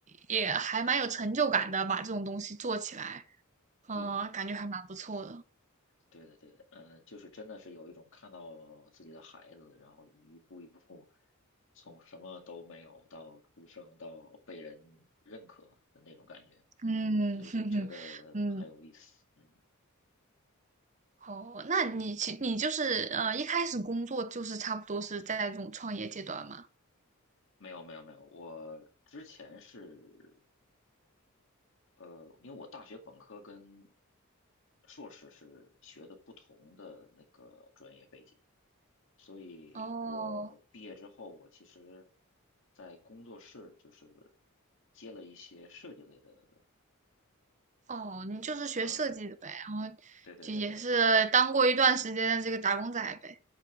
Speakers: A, on the right (about 35°); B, on the left (about 60°).
A: 也还蛮有成就感的，把这种东西做起来，啊，
B: 对。
A: 感觉还蛮不错的。
B: 对的，对的，嗯、就是真的是有一种看到自己的孩子，然后一步一步从什么都没有到出生到被人认可的那种感觉，
A: 嗯，
B: 所以就觉得很有意思。
A: <laughs> 哼哼，嗯，
B: 嗯，
A: 好，那你其你就是呃，一开始工作就是差不多是在这种创业阶段嘛？
B: 没有，没有，没有，我之前是呃，因为我大学本科跟硕士是学的不同的那个专业背景。所以我毕业之后，
A: 哦，
B: 我其实，在工作室就是接了一些设计类的，
A: 哦，你就是学设计的呗，
B: 嗯，
A: 然后就也是当过一段时间的这个打工仔呗。
B: 对对对对，